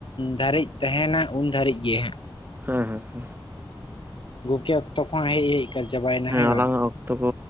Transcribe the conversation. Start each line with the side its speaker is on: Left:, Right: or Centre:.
Left: ᱫᱷᱟᱹᱨᱤᱡ ᱛᱮᱦᱮᱱᱟ ᱩᱱ ᱫᱷᱟᱹᱨᱤᱡ ᱜᱮ ᱦᱟᱸᱜ᱾
Right: ᱦᱮᱸ ᱦᱮᱸ ᱦᱮᱸ
Left: ᱜᱳᱠᱮ ᱚᱠᱛᱚ ᱠᱚᱦᱚ ᱦᱮᱡ ᱦᱮᱡ ᱪᱟᱵᱟᱭᱮᱱᱟ ᱦᱮᱸ
Right: ᱟᱞᱟᱝᱟᱜ
Left: ᱵᱟᱝ?
Right: ᱚᱠᱛᱚ ᱠᱚ